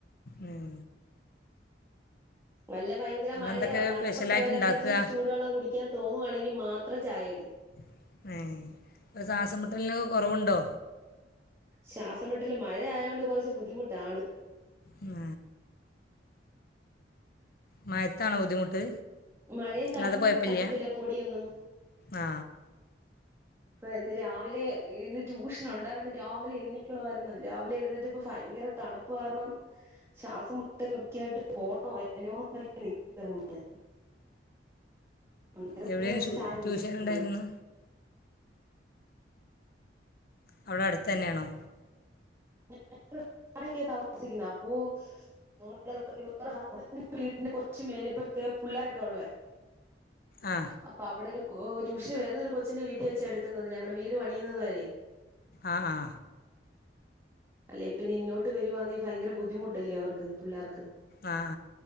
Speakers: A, on the left; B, on the right.
A: ഉം
B: വല്ല ഭയങ്കര
A: നിങ്ങളെന്തൊക്കെ
B: മഴയാവോ തണുപ്പൊക്കെ
A: സ്പെഷ്യലായിട്ട്
B: വരുമ്പോ
A: ഉണ്ടാക്കുക
B: ഇച്ചിരി ചൂടുവെള്ളം കുടിക്കാൻ തോന്നുവാണെങ്കിൽ മാത്രം ചായ ഇടും
A: <unintelligible> സാസമിട്ടലിനൊക്കെ കുറവുണ്ടോ
B: ശ്വാസംമെട്ടില് മഴയതോണ്ട് കുറച്ച് ബുദ്ധിമുട്ടാണ്
A: ഉം മഴത്തണോ ബുദ്ധിമുട്ട്
B: മഴയും
A: അല്ലാതെ
B: തണുപ്പും
A: കുഴപ്പമില്ല
B: പറ്റത്തില്ല പൊടിയൊന്നും
A: ആ
B: ഇന്ന് രാവിലെ ഇന്ന് ട്യൂഷന് ണ്ടായത് കൊണ്ട് രാവിലെ എണ്ണിക്കണമായിരുന്നു രാവിലെ എഴുന്നിട്ട് ഇപ്പ ഭയങ്കര തണുപ്പ് കാരണം ശ്വാസം മുട്ടല ഒക്കെ ആയിട്ട് പോണോ വേണ്ടയോ എന്ന് പറഞ്ഞ് നിക്കുവാണ് ഇങ്ങനെ അങ്ങനെ
A: ഇവിടെയും
B: പിന്നെ ചായ കുടിച്ചിട്ട്
A: ട്യൂഷൻ ഉണ്ടായിരുന്നു
B: പോയി
A: അവിടെ അടുത്ത തന്നെയാണോ
B: <unintelligible> താമസിക്കുന്ന അപ്പൊവടെ ഹസ്ബൻഡന്റെ വീടിന്റെ കുറച്ച് മേലപ്പുറത്ത് പിള്ളരൊക്കെ ഉള്ളേ
A: ആ
B: അപ്പൊ അവിടെ ഒരു ഓ ട്യൂഷന് വരുന്ന ഒരു കൊച്ചിന്റെ വീട്ടിൽ വെച്ച എടുക്കുന്നത് ഞങ്ങടെ വീട് പണിയുന്നത് വരെ
A: ആ ആ
B: അല്ലെ പിന്നെ ഇങ്ങോട്ട് വരുവാന്ന് ഭയങ്കര ബുദ്ധിമുട്ടല്ലേ അവർക്ക് പിള്ളേർക്ക്
A: ആ ആ